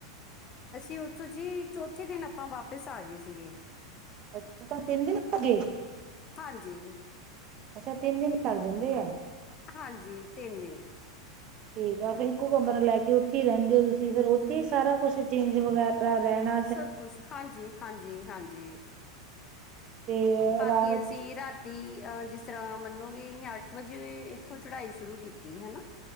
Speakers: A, on the left (about 30°); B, on the right (about 35°).
A: ਅਸੀਂ ਓਥੋਂ ਜੀ ਚੌਥੇ ਦਿਨ ਆਪਾਂ ਵਾਪਿਸ ਆ ਗੇ ਸੀਗੇ।
B: ਅੱਛਾ, ਤਾਂ ਤਿੰਨ ਦਿਨ ਲੱਗੇ।
A: ਹਾਂਜੀ।
B: ਅੱਛਾ, ਤਿੰਨ ਦਿਨ ਲੱਗ ਜਾਂਦੇ ਆ।
A: ਹਾਂਜੀ ਤਿੰਨ ਦਿਨ।
B: ਠੀਕ ਆ ਫੇਰ ਇੱਕੋ ਕਮਰਾ ਲੈ ਕੇ ਓਥੇ ਈ ਰੈਂਦੇ ਓ ਤੁਸੀਂ ਫੇਰ ਓਥੇ ਈ ਸਾਰਾ ਕੁਛ ਚੇਂਜ ਵਗੈਰਾ ਰੈਣਾ
A: ਸਭ ਕੁਛ, ਹਾਂਜੀ, ਹਾਂਜੀ, ਹਾਂਜੀ।
B: ਤੇ
A: ਬਾਕੀ
B: ਰਾਤ
A: ਅਸੀਂ ਰਾਤ ਤੀ ਅਹ ਜਿਸ ਤਰ੍ਹਾਂ ਮੰਨੋਗੇ ਨੀ ਅੱਠ ਵਜੇ ਇਥੋਂ ਚੜਾਈ ਸ਼ੁਰੂ ਕੀਤੀ ਤੀ ਹਨਾ